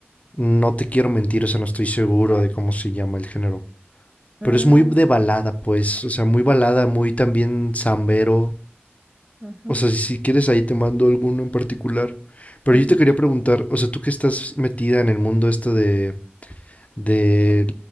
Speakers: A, on the left (about 35°); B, on the right (about 30°).
A: no te quiero mentir, o sea, no estoy seguro de cómo se llama el género.
B: Mm,
A: Pero es muy de balada, pues, o sea, muy balada, muy también zambero.
B: ujú,
A: O sea, si quieres ahí te mando alguno en particular. Pero
B: ujú.
A: yo te quería preguntar, o sea, tú que estás metida en el mundo esto de, de,